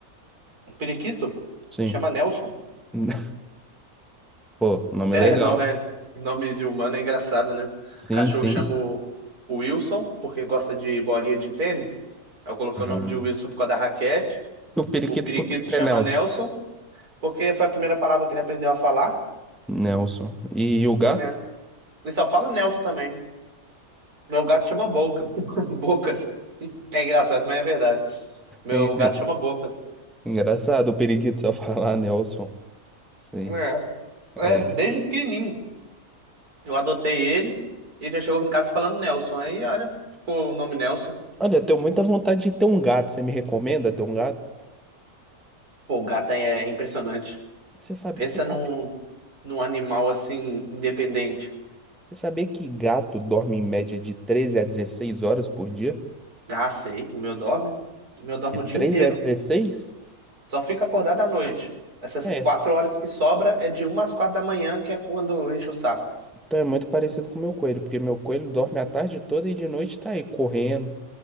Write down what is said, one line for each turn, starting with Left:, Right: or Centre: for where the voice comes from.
Right: Um periquito?
Centre: Sim.
Right: Chama Nelson.
Centre: <laughs> Pô, nome
Right: É,
Centre: legal.
Right: nome, é, nome de humano é engraçado, né?
Centre: Sim,
Right: Cachorro
Centre: sim.
Right: chama o o Wilson, porque gosta de bolinha de tênis. Aí Eu coloquei
Centre: Ah.
Right: o nome de Wilson por causa da raquete.
Centre: E o periquito,
Right: O periquito
Centre: por que que
Right: chama
Centre: é Nelson?
Right: Nelson, porque foi a primeira palavra que ele aprendeu a falar,
Centre: Nelson. E o gato?
Right: né? Ele só fala Nelson também. Meu gato chama Boca. <laughs> Bocas. É engraçado, mas é verdade. Meu
Centre: É
Right: gato chama Bocas.
Centre: engraçado o periquito só <laughs> falar Nelson. Sim.
Right: É, é
Centre: É.
Right: desde pequenininho. Eu adotei ele e ele já chegou em casa falando Nelson. Aí, olha, ficou o nome Nelson.
Centre: Olha, eu tenho muita vontade de ter um gato. Você me recomenda ter um gato?
Right: Pô, o gato é impressionante.
Centre: Você sabe,
Right: Pensa
Centre: você sabe,
Right: num, num animal assim, independente.
Centre: você sabia que gato dorme em média de 13 a 16 horas por dia?
Right: Ah, sei, o meu dorme. O meu dorme o dia
Centre: treze
Right: inteiro.
Centre: a dezesseis
Right: Só fica acordado à noite. Essas
Centre: É.
Right: quatro horas que sobra é de uma às quatro da manhã, que é quando enche o saco.
Centre: Então é muito parecido com o meu coelho, porque meu coelho dorme a tarde toda e de noite tá aí correndo.